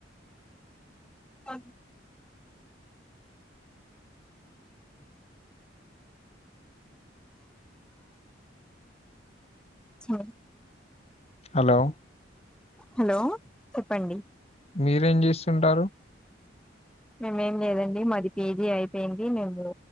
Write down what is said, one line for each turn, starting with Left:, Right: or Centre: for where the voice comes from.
Centre: అ హా
Left: హలొ
Centre: హలో చెప్పండి
Left: మీరేం చేస్తుంటారు
Centre: మేమేం లేదండి మది పిజీ అయిపోయింది మేము